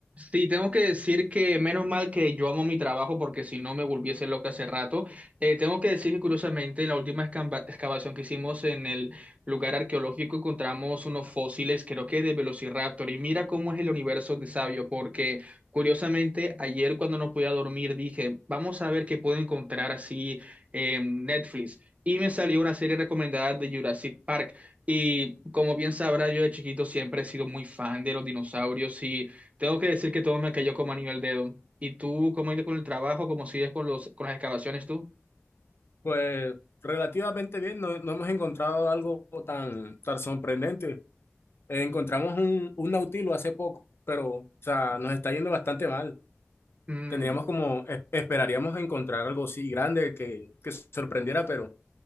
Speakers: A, on the right (about 30°); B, on the left (about 55°).
A: Sí, tengo que decir que menos mal que yo amo mi trabajo porque si no me volviese loca hace rato. Eh, tengo que decir que curiosamente la última escamba- excavación que hicimos en el lugar arqueológico encontramos unos fósiles, creo que de Velociraptor. Y mira cómo es el universo de sabio, porque curiosamente ayer cuando no podía dormir dije, vamos a ver qué puedo encontrar así en Netflix. Y me salió una serie recomendada de Jurassic Park. Y como bien sabrá, yo de chiquito siempre he sido muy fan de los dinosaurios y... Tengo que decir que todo me cayó como anillo al dedo. ¿Y tú cómo has ido con el trabajo? ¿Cómo sigues con los, con las excavaciones tú?
B: Pues relativamente bien, no, no hemos encontrado algo tan, tan sorprendente. Eh, encontramos un, un nautilo hace poco, pero o sea, nos está yendo bastante mal.
A: Mm,
B: Tendríamos como, es- esperaríamos encontrar algo así grande que, que sorprendiera, pero...